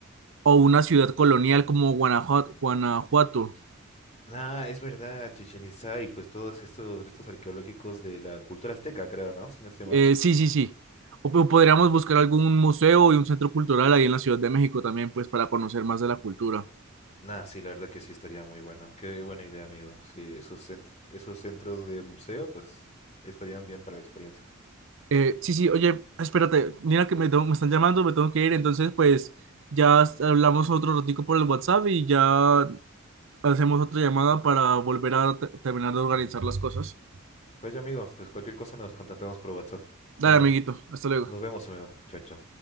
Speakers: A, on the right (about 65°); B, on the left (about 35°).
A: o una ciudad colonial como Guanajuato. Guanajuato.
B: Ah, es verdad, Chichén Itzá y pues todos estos restos arqueológicos de la cultura azteca, creo, ¿no? Si no estoy
A: Eh,
B: mal.
A: sí, sí, sí. O, po- podríamos buscar algún museo y un centro cultural ahí en la Ciudad de México también, pues para conocer más de la cultura.
B: Nah, sí, la verdad que sí estaría muy bueno. Qué buena idea, amigo. Sí, esos, cent- esos centros de museo, pues estarían bien para la experiencia.
A: Eh, sí, sí, oye, espérate, mira que me, tengo- me están llamando, me tengo que ir, entonces pues ya s- hablamos otro ratico por el WhatsApp y ya hacemos otra llamada para volver a te- terminar de organizar las cosas.
B: Pues ya, amigo, pues cualquier cosa nos contactamos por WhatsApp.
A: Dale,
B: Bueno,
A: amiguito, hasta luego.
B: nos vemos, amigo. Chao, chao.